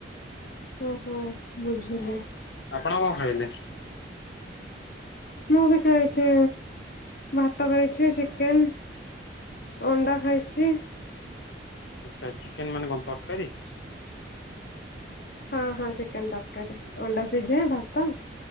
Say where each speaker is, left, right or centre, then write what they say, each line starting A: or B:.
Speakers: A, on the left; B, on the left.
A: ଓହୋ ବୁଝିଲି।
B: ଆପଣ କଣ ଖାଇଲେ?
A: ମୁଁ ବି ଖାଇଛି ଭାତ ଖାଇଛି ଚିକେନ। ଅଣ୍ଡା ଖାଇଛି।
B: ଆଛା ଚିକେନ ମାନେ କଣ ତରକାରୀ?
A: ହଁ ହଁ ଚିକେନ ତରକାରୀ ଅଣ୍ଡା ସିଝା ଭାତ।